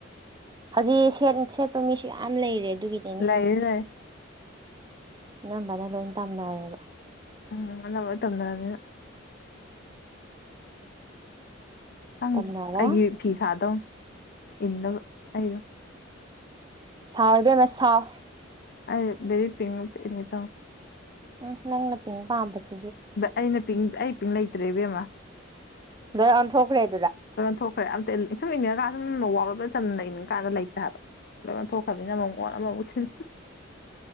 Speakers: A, on the right; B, on the left.
A: ꯍꯧꯖꯤꯛ ꯁꯦꯠꯄ ꯃꯤꯁꯨ ꯌꯥꯝ ꯂꯩꯔꯦ ꯑꯗꯨꯒꯤꯅꯤꯅꯦ
B: ꯂꯩ ꯂꯩ ꯑꯦ
A: ꯑꯅꯝꯕꯅ ꯂꯣꯏ ꯇꯝꯅꯔꯦꯕ
B: ꯎꯝ ꯑ ꯇꯣꯗꯔ ꯑꯗꯨ ꯈꯪꯗꯦ
A: ꯇꯝꯅꯔꯦ
B: ꯑꯩꯒꯤ ꯐꯤ ꯁꯥꯗꯧꯅꯤ ꯏ ꯍꯥꯏꯩꯅꯣ
A: ꯁꯥꯥꯎꯋꯕ ꯃꯥ ꯁꯥꯥꯎ
B: ꯑꯩ ꯕꯔꯤ ꯄꯦꯉ ꯑꯝꯇꯥ ꯏꯟꯒꯦ ꯇꯧꯅꯦ
A: ꯎꯝ ꯅꯪꯅ ꯄꯤꯡ ꯄꯥꯝꯕꯁꯦ
B: ꯑꯩꯅ ꯄ ꯇ ꯂ ꯂꯩꯇ꯭ꯔꯦꯕꯦꯝꯃ
A: ꯗꯟ ꯊꯣꯛꯈ꯭ꯔꯦꯦ
B: ꯑꯗꯨꯝ ꯊꯣꯛꯈ꯭ꯔꯦ ꯁꯨꯝ ꯏꯅꯤꯡꯉꯀꯥꯟꯗ ꯁꯨꯝ ꯋꯥꯔꯣꯞꯗ ꯆꯝꯅ ꯏꯅꯤꯡꯕꯀꯥꯟꯗ ꯂꯩꯇ꯭ꯔꯦ ꯍꯥꯏꯕ ꯂꯣꯏꯅ ꯊꯣꯛꯈ꯭ꯔꯅꯤꯅ ꯑꯃꯛꯣꯟ ꯑꯃꯨꯛ ꯍꯝ